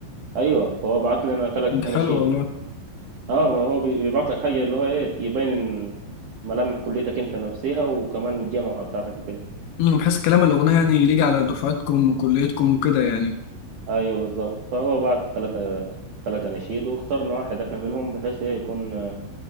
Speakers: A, on the right; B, on the left.
A: أيوة فهو بعت لنا تلات أناشيد
B: حلو والله
A: اه ما هو بي- بيبعت لك حاجة اللي هو ايه يبين إن ملامح كليتك انت نفسها وكمان الجامعة بتاعتك وكده
B: أمم، بحيث كلام الأغنية يعني يليق على دفعتكم وكليتكم وكده يعني
A: ايوه بالظبط فهو بعت ثلاثة ثلاثة نشيد واخترنا واحد احنا منهم بحيث ايه يكون آه،